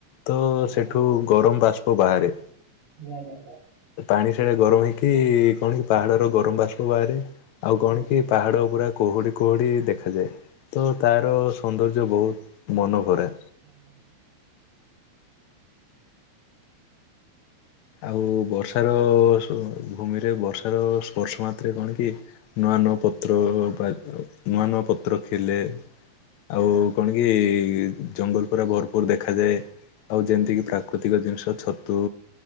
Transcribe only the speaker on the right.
ଆଜ୍ଞା
ଆଜ୍ଞା <unintelligible>
ଆଜ୍ଞା
ଆଜ୍ଞା
ଆଜ୍ଞା <unintelligible>